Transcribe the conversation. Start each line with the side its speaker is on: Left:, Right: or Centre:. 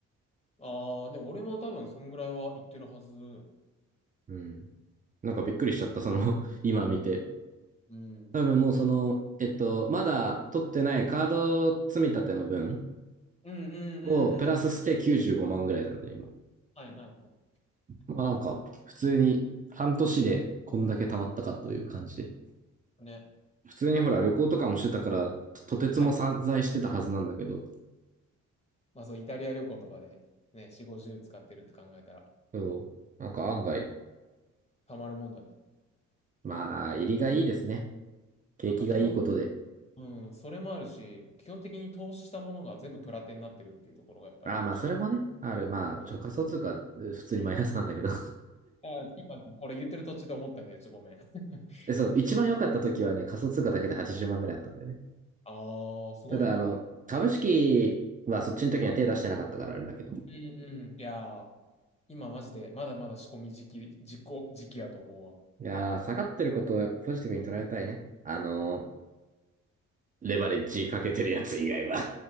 Left: ん。ああ、でも俺も多分そんぐらいは言ってるはず。
Right: うん。なんかびっくりしちゃった、その <laughs> 今見て。
Left: うん。うん
Right: 多分もうその、えっと、まだ取ってないカード積み立ての分
Left: うんうんうん。
Right: をプラスして95万ぐらいなんで、今。
Left: はいはいはい。
Right: まあなんか、
Left: そ
Right: 普通に半年でこんだけ貯まったかという感じで。
Left: う。ね。
Right: 普通にほら旅行とかもしてたから、
Left: 俺も、
Right: とてつも散在してたはずなんだけど、
Left: はいはい。まあそう、イタリア旅行とかで、ね、4、50使ってるって考えたら、
Right: そうなんか案外、
Left: たまるもんだね。
Right: まあ、
Left: まあ、
Right: 入りがいいですね。景気がいいことで。
Left: なんか基本、うん、それもあるし、基本的に投資したものが全部プラテになってるっていうところがやっぱり美味しい。
Right: ああ、まあ、それもね、ある。まあ、
Left: うん。
Right: ちょ、仮想通貨、え普通にマイナスなんだけど。
Left: あ、今ね、これ言ってる途中で思ったけど、ちょっとごめん。<laughs>
Right: <laughs> で、そう、一番良かった時はね、仮想通貨だけで80万ぐらいあったんだよね。
Left: ああ、すごいね。
Right: ただ、あの、株式はそっちの時には手出してなかったからあれだけど。い
Left: うんうん。いやー、今マジで、まだまだ仕込み時期、時期、時期やと思うわ。
Right: やー、
Left: うん
Right: 下がってることをやっぱポジティブに捉えたいね。あのー、レバレッジかけてるやつ以外は。